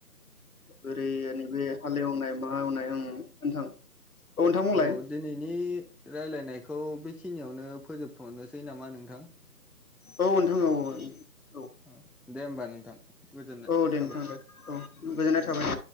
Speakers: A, on the left; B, in the centre.
A: बोरैै आ नैबे हालेवनाय मा एवनाय आं नोंथां नोंथां बुंलाय
B: औ दिनैनि रायलायनायखौ बेखिनियावनो फोजोबथ'नोस सै नामा नोंथां
A: औ नोंथां औ-औ
B: ओ दे होमबा नोंथां गोजोननाय
A: औ दे
B: थाबाय।
A: नोंथां दे औ गोजोननाय थाबाय